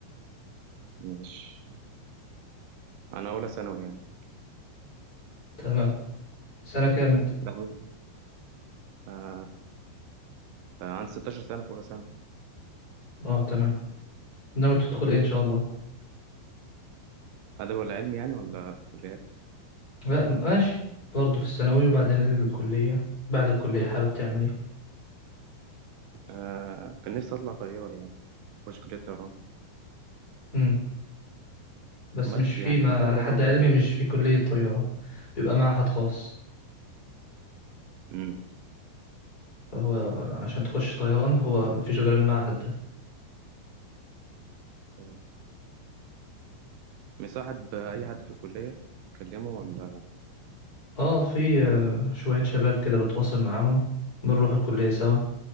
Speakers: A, on the right; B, on the left.
A: ماشي انا اولى ثانوي يعني
B: تمام سنة كام انت
A: ده عندي آه آه عندي 16 سنة في اولى ثانوي
B: اه تمام ناوي تدخل ايه ان شاء الله
A: ادب ولا علمي يعني ولا في كليات؟
B: لا م- ماشي برضه في الثانوي وبعدين الكلية بعد الكلية حابب تعمل ايه
A: آه كان نفسي اطلع طيار يعني اخش كلية طيران
B: امم بس
A: بس
B: مش في
A: يعني
B: ما
A: وبحب
B: على حد
A: انام
B: علمي
A: بدري
B: مش
A: بس
B: في كلية طيارة بيبقى معهد خاص
A: امم
B: فهو عشان تخش طيران هو مفيش غير المعهد ده
A: تمام مصاحب آه، اي حد في الكلية؟ تكلمه ولا
B: اه في آه، شوية شباب كده بتواصل معاهم بنروح الكلية سوا